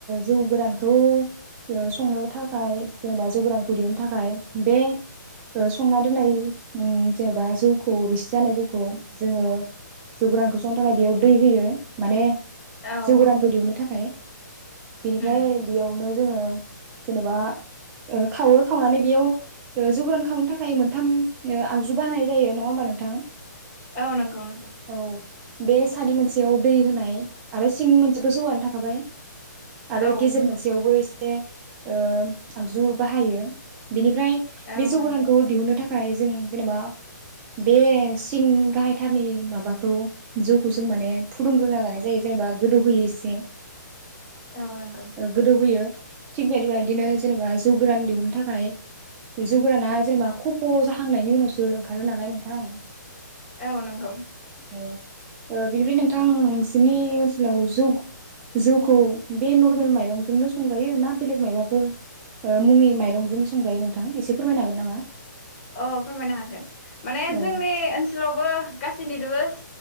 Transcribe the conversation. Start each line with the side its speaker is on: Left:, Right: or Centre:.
Right: जौ गोरानखौ ओ संनो थाखाय जेनेबा जौ गोरानखौ दिहुननो थाखाय बे ओ संना दोननाय ओं जेनेबा जौखौ रोसि जानाय जौखौ जोङो जौ गोरानखौ संनो थाखाय बेयाव दै होयो माने
Left: औ
Right: जौ गोरानखौ
Left: औ
Right: दिहुननो थाखाय बेनिफ्राय
Left: उम
Right: बेयावनो जोङो जेन'बा ओ खावो खावनानै बेयाव जौगान खावनो थाखाय मोनथाम ओ आगजु बाहानाय जायो नङा होमबा नोंथां?
Left: औ नंगौ नंगौ।
Right: औ बे सानै मोनसेयाव दै होनाय आरो सिं मोनसेयावथ' जौआनो थाखाबाय। आरो
Left: औ
Right: गेजेर
Left: नंगौ
Right: मोनसेयावबो एस ओ आगजु बाहायो बेनिफ्राय
Left: औ
Right: बे जौगोदानखौ
Left: नंगौ
Right: दिहुननो थाख थाखाय जों जेनेबा बे सिं गाहायथारनि माबाखौ जौखौ जों माने फुदुंग्रोना लानाय जायो जेनेबा गोदौहोयो एसे।
Left: औ नंगौ
Right: गोदौहोयो। थिग बेदिबायदिनो बिदिनो जेनेबा जौ गोरान दिहुननो थाखाय जौ गोराना जेनेबा खफ' जाहांनायनि उनावसो ओंखारो नालाय नोंथां।
Left: औ नंगौ।
Right: औ ओ बेनिफ्राय नोंथां नोंसोरनि ओनसोलाव जौ जौखौ बे नरमेल माइरंजोंनो संजायो ना बेलेग मायबाफोर ओ मुंनि माइरंजों संजायो नों नोंथां एसे फोरमायनो हागोन नामा?
Left: अ फोरमायनो हागोन। माने जोंनि
Right: औ
Left: ओनसोलावबो गासैनि रोबोस